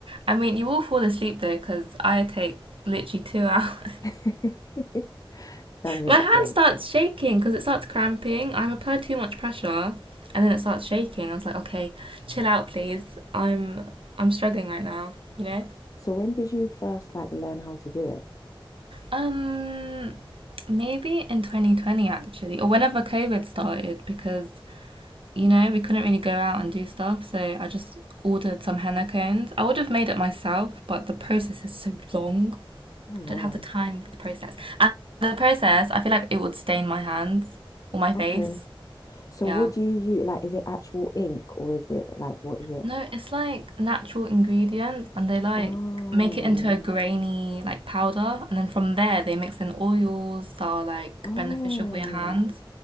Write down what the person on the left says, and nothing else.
<laughs> that makes
sense.
So when did you first like learn how to do it?
Oh wow.
Okay. So
what do you use? Like, is it actual ink or is it like what is it?
Oh,
oh,